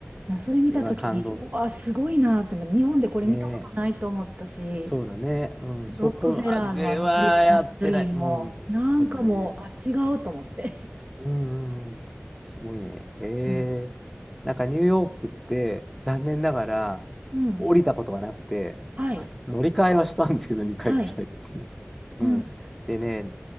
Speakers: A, on the right; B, in the centre.
A: な、それ見たときに、
B: れは感動す
A: うわ、すごいなって、
B: る。
A: 日本でこれ見たことないと思ったし、
B: ねえ。そうだね。うん。
A: ロックフェラーのあのクリスマスツリーも、
B: そこまではやってない。うん。
A: なんかもう、
B: そうだね。
A: あ、違うと思って。
B: うんうんうん。すごいね。へ
A: うん。
B: え。なんかニューヨークって残念ながら
A: うん。
B: 降りたことがなくて、
A: はい。
B: <laughs> あの乗り換えはしたんですけど、2回ぐらいですね。
A: はい。
B: <laughs>
A: うん。
B: うん。でね、